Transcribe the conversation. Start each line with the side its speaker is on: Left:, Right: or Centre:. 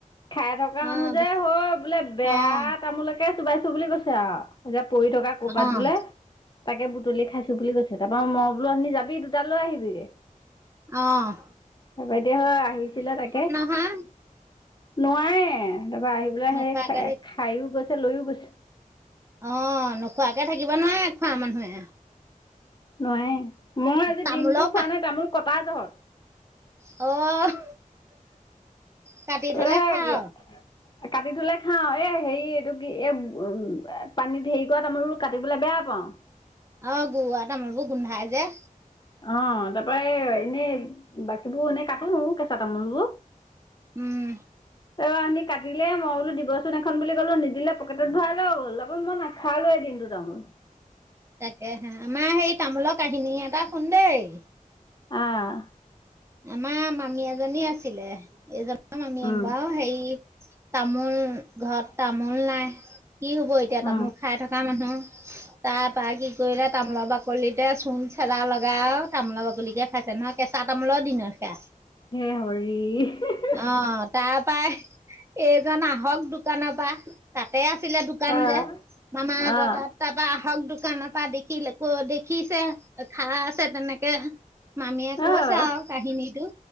Left: খাই থকা মানুহ
Right: অ'
Left: যে,
Right: বিচ-
Left: হওঁ বোলে বেয়া
Right: অ'
Left: তামোলকে চুবাইছোঁ বুলি কৈছে আৰু। তিয়া পৰি থকা ক'বাত
Right: অ'
Left: বোলে। তাকে বুটলি খাইছো বুলি কৈছে। তাৰ পৰা মই বোলো অথনি যাবি দুটা লৈ আহিবিগে।
Right: অ'
Left: তাৰপৰা এতিয়া হা আহিছিলে তাকে।
Right: হয়।
Left: নোৱাৰে। তাৰপৰা আহি পেলাই
Right: নোখোৱাকে
Left: সেই
Right: থাক
Left: খাইও গৈছে। লৈও গৈছে।
Right: অ নোখোৱাকে থাকিব নোৱাৰে খোৱা মানুহে।
Left: নোৱাই মই আজি
Right: তামোলৰ
Left: দিনটো খোৱা
Right: কা
Left: নাই তামোল কটা জহত।
Right: অ' <inaudible>
Left: <unintelligible>
Right: খাও
Left: কাটি থলে খাওঁ এ হেৰি এইটো কি এ <unintelligible> পানীত হেৰি কৰা তামোল কাটিবলৈ বেয়া পাওঁ।
Right: অ গু আ তামোলবোৰ গোন্ধাই যে।
Left: অ তাৰ পৰা এ এনে বাকীবোৰ এনেই কাটো কেঁচা তামোলবোৰ।
Right: উম
Left: অ আমি কাটিলে মই বোলো দিব নুন <inaudible> এখন বুলি ক'লো নিদিলে পকেটত ভৰাই লৈ গ'ল <unintelligible> আকৌ মই নাখালোে দিনটো তামোল।
Right: তাকে হা আমাৰ হেই তামোলৰ কাহিনী এটা শুন দেই।
Left: অঁ।
Right: আমাৰ মামী এজনী আছিলে এজনৰ মামিয়েক
Left: উম
Right: বাৰু হেৰি তামোল ঘৰত তামোল নাই, কি হ'ব এতিয়া
Left: উম
Right: তামোল খাই থকা মানুহ তাৰ পৰাৰা কি কৰিলে তামোলা বাকলিতে চূণ <unintelligible> লগা তামোলৰ বাকলিকে খাইছে নহয় কেঁচা ত <inaudible>
Left: হে, হৰি হিঃ, হিঃ
Right: অ, 'তাৰ পৰা এইজন আহক দোকানৰ পৰা তাতে আছিলে দোকান
Left: আহ
Right: যে মামাহঁতৰ
Left: আহ
Right: তাত তাৰপা আহক দোকানৰ পৰা দেখি <unintelligible> খাই আছে তেনেকে মামীয়ে কৈছে
Left: আহ
Right: আৰু কাহিনীটো